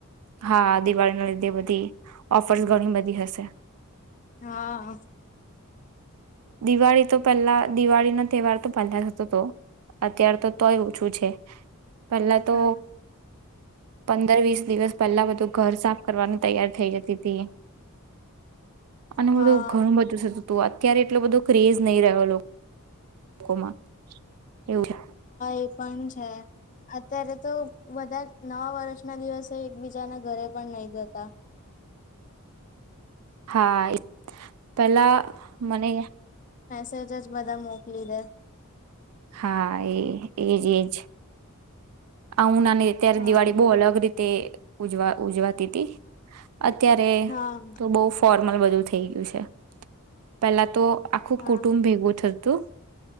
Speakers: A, on the right (about 80°); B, on the left (about 35°).
A: હા, દિવાળીના લીધે બધી ઓફર્સ ઘણીબધી હસે.
B: હા.
A: દિવાળી તો પહેલા, દિવાળીનો તહેવાર તો પહેલા થતો હતો અત્યાર તો તોય ઓછું છે. પહેલા તો
B: હા.
A: પંદર વીસ દિવસ પેલ્લા બધું ઘર સાફ કરવાનું તૈયાર થઈ જતીતી, અને
B: હા
A: બધું ઘણું બધું થતું. તો અત ત્યારે એટલો બધો ક્રેઝ નહી રહ્યો લો, કોમાં એવું છે
B: એ પણ છે. અત્યારે તો બધા નવા વરશના દિવસે એકબીજાના ઘરે પણ નહી જતા,
A: હા, એ પેલા મને,
B: સેજ જ બધા મોકલી દે.
A: હા, એ, એજ એજ. આવું નાન- એ ત્યારે
B: હા
A: દિવાળી બહુ અલગ રીતની તે ઉજવા ઉજવાતીતી, અત્યારે
B: હા
A: તો બહુ ફર ધમલ, બધું થઈ ગયું છે. પેલા તો, આખું
B: હા
A: કુટુંબ ભેગું થતું